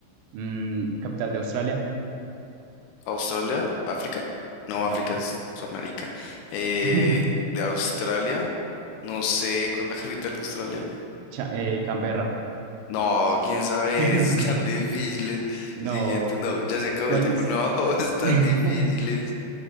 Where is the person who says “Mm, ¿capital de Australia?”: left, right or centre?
Right